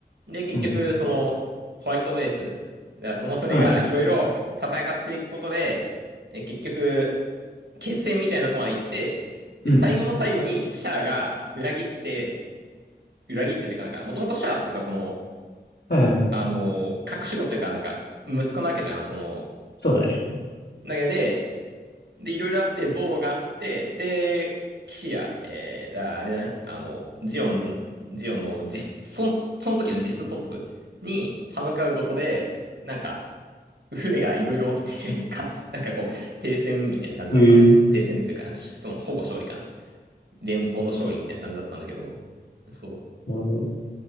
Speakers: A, on the right; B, on the left.
A: で、結局、
B: うん。
A: その、ホワイトベース、だからその船がいろいろ戦っていくことで、
B: うん。
A: え結局、決戦みたいなとこまで行って、で、
B: うん。
A: 最後の最後にシャアが裏切って、裏切ってっていうか、なんか、もともとシャアってさ、その、
B: はいはい。
A: あのー、隠し子っていうか、なんか、息子なわけじゃん、その、
B: そうだね。
A: だけで、で、いろいろあって、憎悪があって、で、騎士や、えー、だからあれだね、あの、ジオン、ジオンの実質、そん、その時の実質トップに歯向かうことで、なんか、船がいろいろ落ちて、<laughs> かつ、なんかこう、停戦みたいな感じだったんだけど、
B: へえ。
A: 停戦っていうか、その、ほぼ勝利かな。連邦の勝利みたいな感じだったんだけど、そ
B: なるほど。